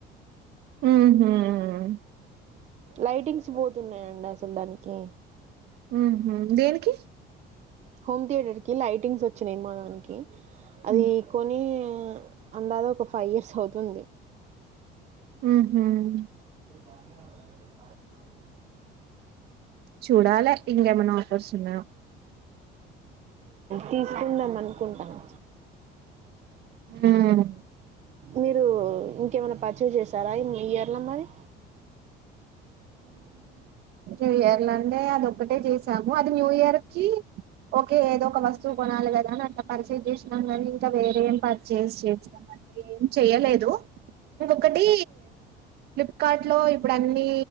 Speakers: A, on the right; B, on the right.
A: అహుమ్
B: లైటింగ్స్ పోతున్నాయండి అసలు ప చందని కే
A: ఉహుమ్ దేనికి
B: హోమ్ థియేటర్ కి లైటింగ్స్ వచ్చినాయి మా దానికి
A: హ్మ్.
B: అది కొని ఆ అందలో ఒక ఫైవ్ ఇయర్స్ అవుతుంది
A: ఉహుమ్
B: బా
A: చూడాలే ఇంకేమైనా ఆఫర్స్ ఉన్నాయో.
B: తీసుకుందాం అనుకుంటాను
A: ఆమ్
B: మీరు ఇంకేమైనా పూర్చసే చేసారా ఇయర్లో మరి
A: న్యూ ఇయర్ లో అంటే అదిక్కటే చేసాము అది న్యూ ఇయర్ కి ఓకే ఏదో ఒక వస్తువు కొనాలి కదా అని అట్లా పర్చేస్ చేసినాం కాని ఇంకా వేరే ఏం పర్చేస్ చేసినాం అంటే ఏం చేయలేదు ఇంకొకటి ఫ్లిప్కార్ట్ లో ఇప్పుడు అన్ని